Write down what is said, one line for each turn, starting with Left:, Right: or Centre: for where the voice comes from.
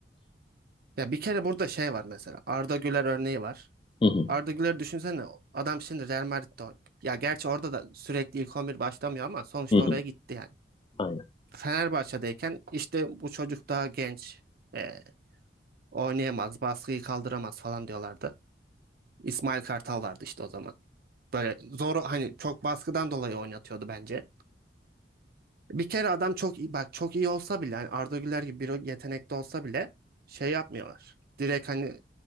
Right: Ya bir kere burada şey var mesela. Arda Güler örneği var.
Left: Hı hı.
Right: Arda Güler düşünsene adam şimdi Real Madrid'de oynuyor. Ya gerçi orada da sürekli ilk 11 başlamıyor ama sonuçta
Left: Hı
Right: oraya gitti yani.
Left: hı.
Right: Fenerbahçe'deyken işte bu çocuk daha genç. e, oynayamaz, baskıyı kaldıramaz falan diyorlardı. İsmail Kartal vardı işte o zaman. Böyle zor hani çok baskıdan dolayı oynatıyordu bence. Bir kere adam çok iyi bak çok iyi olsa bile hani Arda Güler gibi bir yetenekli olsa bile şey yapmıyorlar. Direkt hani